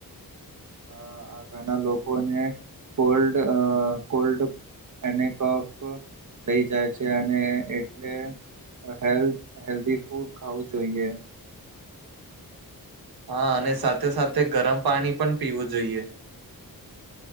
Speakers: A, on the right; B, on the right.
A: અ આ ઘણા લોકોને કોલ્ડ કોલ્ડ અનેફ રઈ જાય છે અને એટલે હેલ્થ હેલ્ધી ફૂડ ખાવું જોઈએ.
B: હા અને સાથે સાથે ગરમ પાણી પણ પીવું જોઈએ.